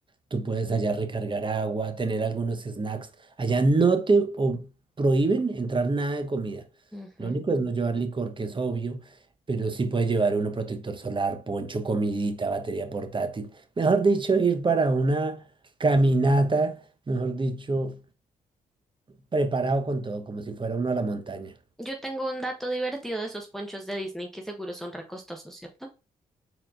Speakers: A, on the right; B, in the centre.
A: tú puedes allá recargar agua, tener algunos snacks. Allá no te o- prohíben entrar nada de comida.
B: Ujú.
A: Lo único es no llevar licor, que es obvio, pero sí puedes llevar uno protector solar, poncho, comidita, batería portátil. Mejor dicho, ir para una caminata, mejor dicho, preparado con todo, como si fuera uno a la montaña.
B: Yo tengo un dato divertido de esos ponchos de Disney que seguro son recostosos, ¿cierto?